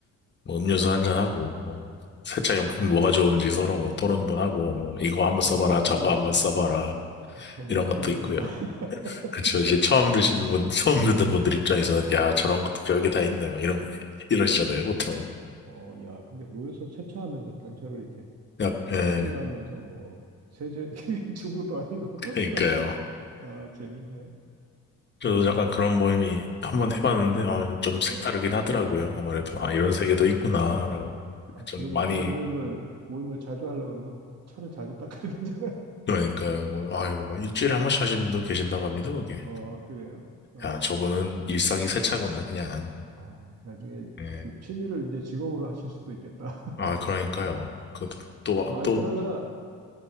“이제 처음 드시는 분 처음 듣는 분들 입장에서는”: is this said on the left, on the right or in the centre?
Left